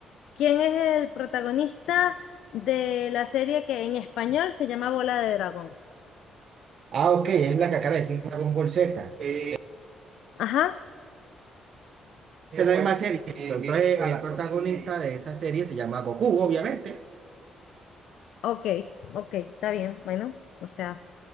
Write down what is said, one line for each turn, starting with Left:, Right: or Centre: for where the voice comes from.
Left: ¿Quién es el protagonista de la serie que en español se llama Bola de Dragón?
Right: Ah, ok, es la que acaba de decir Dragon Ball Z. Eh,
Left: Ajá,
Right: Esa es la misma bueno, serie. eh, listo. viene Entonces, a el las ocho y protagonista de esa serie se llama Goku, obviamente.
Left: ok, ok, está bien, bueno, o sea,